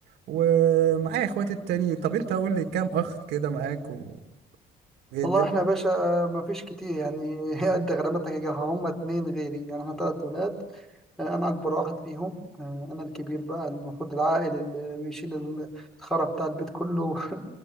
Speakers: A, on the right; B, in the centre.
A: ومعايا اخواتي التانيين طب انت قول لي كام اخ كده معاك و- وايه
B: والله
A: الدنيا
B: احنا يا باشا ما فيش كتير يعني <laughs> قد غرامتك يا جماعة هم اتنين غيري يعني احنا تلات ولاد انا اكبر واحد فيهم آه، انا الكبير بقى المفروض العائل اللي بيشيل الخرا بتاع البيت كله <laughs>